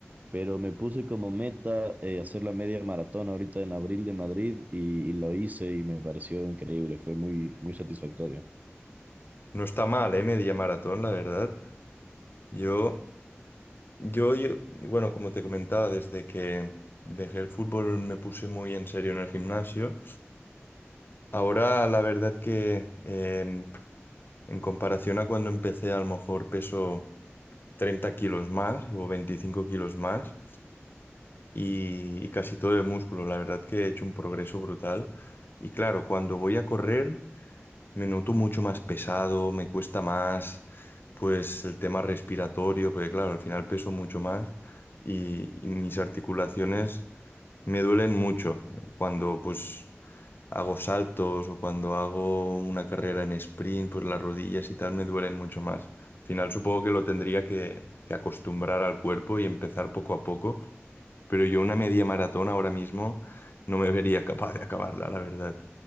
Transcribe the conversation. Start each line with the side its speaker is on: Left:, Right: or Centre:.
Right: pero me puse como meta eh, hacer la media maratón ahorita en abril de Madrid y, y lo hice y me pareció increíble, fue muy, muy satisfactorio.
Left: No está mal, ¿eh? Media maratón, la verdad. Yo, yo, yo- bueno, como te comentaba, desde que dejé el fútbol me puse muy en serio en el gimnasio. Ahora, la verdad que em, en comparación a cuando empecé, a lo mejor peso 30 kilos más o 25 kilos más y, y casi todo de músculo. La verdad que he hecho un progreso brutal. Y claro, cuando voy a correr... me noto mucho más pesado, me cuesta más, pues el tema respiratorio, porque claro, al final peso mucho más y, y mis articulaciones me duelen mucho cuando pues hago saltos o cuando hago una carrera en sprint, pues las rodillas y tal me duelen mucho más. Al final supongo que lo tendría que, que acostumbrar al cuerpo y empezar poco a poco, pero yo una media maratón ahora mismo no me vería capaz de acabarla, la verdad.